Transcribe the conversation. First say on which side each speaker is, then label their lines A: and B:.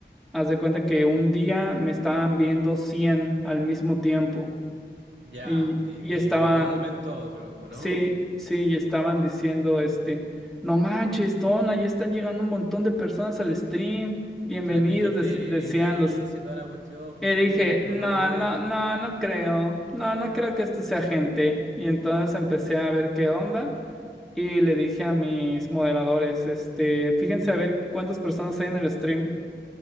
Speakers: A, in the centre; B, on the right.
A: haz de cuenta que un día me estaban viendo 100 al mismo tiempo
B: Ya,
A: y,
B: y,
A: y
B: y
A: estaba
B: de, de un momento a otro, ¿o no?
A: Sí, sí, y estaban diciendo este, no manches, Tona, ya están llegando un montón de personas al stream, bienvenidos,
B: Claro, te dijiste,
A: dec- decían
B: la hice,
A: los.
B: toda la cuestión, por
A: Y
B: fin,
A: dije, no,
B: lo logré.
A: no, no, no creo, no, no creo que esto sea gente. Y entonces empecé a ver qué onda y le dije a mis moderadores, este, fíjense a ver cuántas personas hay en el stream.